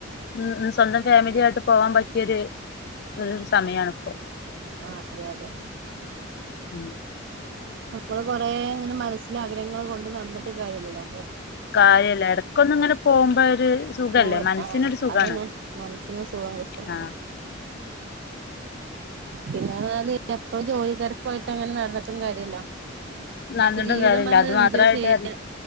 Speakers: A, on the left; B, on the right.
A: ഉ സ്വന്തം ഫാമിലി ആയിട്ട് പോവാൻ പറ്റിയൊരു ഒരു സമയം ആണ് ഇപ്പോ
B: ആ അതെ അതെ
A: ഉം
B: നമ്മള് കൊറെ ഇങ്ങനെ മനസ്സിൽ ആഗ്രഹങ്ങൾ കൊണ്ട് നടന്നിട്ട് കാര്യയില്ലല്ലോ
A: കാര്യ അല്ല ഇടക്കൊന്ന് ഇങ്ങനെ പോമ്പോ ഒരു സുഖല്ലേ
B: പോയ്
A: മനസ്സിനൊരു
B: ആ ആ
A: സുഖാണ്
B: അതന്നെ മനസ്സിന് സുഖം കിട്ടും
A: ആ
B: പിന്നെ <unintelligible> എപ്പളും ജോലിതിരക്കുവായിട്ട് അണ് നടന്ന ഒന്നും കാര്യയില്ല നമുക്ക്
A: നടന്നിട്ടും
B: ജീവിതം
A: കാര്യല്ല
B: വന്ന്
A: അത്
B: എൻജോയ്
A: മാത്രായിട്ട്
B: ചെയ്യാൻ